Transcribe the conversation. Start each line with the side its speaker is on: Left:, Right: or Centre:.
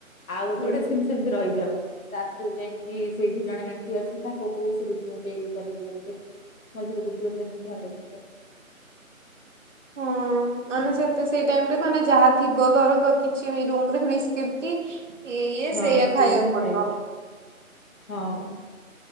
Left: ଆଉ ଗୋଟେ
Right: ହୁଁ
Left: ଗୋଟେ ଦିନ୍ ସେମିତି ରହିଯାଉ ତାପରେ ଯାଇକି ସେଇଠି ଜଣେ ଆଣ୍ଟି ଅଛନ୍ତି ତାଙ୍କ କହୁ ସେ ରୁଟି ମୁଟି କରି କି ଦିଅନ୍ତି <unintelligible> ହ
Right: ହଁ ମାନେ ସେତ ସେଇ ଟାଇମରେ ମାନେ ଯାହା ଥିବ ଘରେ କିଛି ବି ରୁମରେ ବିସ୍କିଟ୍ କି ଇଏ
Left: ହଁ
Right: ସେଇଆ ଖାଇବାକୁ
Left: ହିଁ
Right: ପଡ଼ିବ।
Left: ଖାଇବୁ ଯା ହଁ